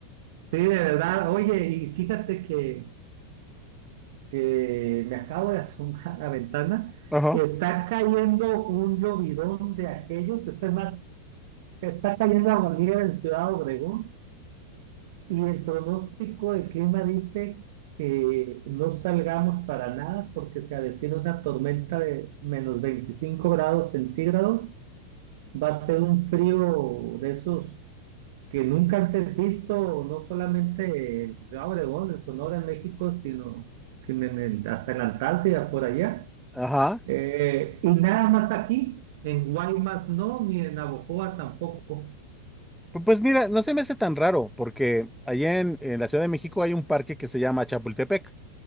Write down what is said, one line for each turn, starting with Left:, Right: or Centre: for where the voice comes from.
Right: Sí, de verdad. Oye, y fíjate que, que me acabo de asomar a la ventana.
Centre: Ajá.
Right: Está cayendo un llovidón de aquellos. Está, más, está cayendo aguanieve en Ciudad Obregón. Y el pronóstico del clima dice que no salgamos para nada porque se avecina una tormenta de menos 25 grados centígrados. Va a ser un frío de esos que nunca antes visto, no solamente en Ciudad Obregón, en Sonora, en México, sino, sino en el- hasta en la Antártida, por allá.
Centre: Ajá.
Right: Eh, y nada más aquí, en Guaymas no, ni en Navojoa tampoco.
Centre: Pu- Pues mira, no se me hace tan raro, porque allá en, en la Ciudad de México hay un parque que se llama Chapultepec.